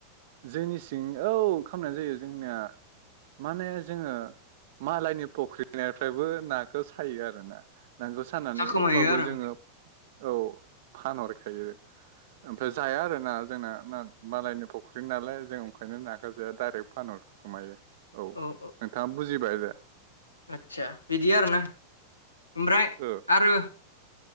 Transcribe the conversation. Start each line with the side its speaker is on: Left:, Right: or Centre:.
Right: जोंनि सिं औ खालामनाय जायो जोंनिया। माने जोङो मालायनि फख्रिनिफ्रायबो नाखौ सायो आरोना। नांगोल सानानै
Left: जाखोमायो
Right: होनबाबो
Left: आरो
Right: जोङो औ फानहरखायो। ओमफ्राय जाया आरोना जोंना ना मालायनि फ फख्रि नालाय जों ओंखायनो नाखौ जाया दडाइरेक्ट फानहर खोमायो औ।
Left: औ -औ‌।
Right: नोंथाङा बुजिबाय दे।
Left: आतसा बिदि आरो ना, ओमफ्राय
Right: ओ।
Left: आरो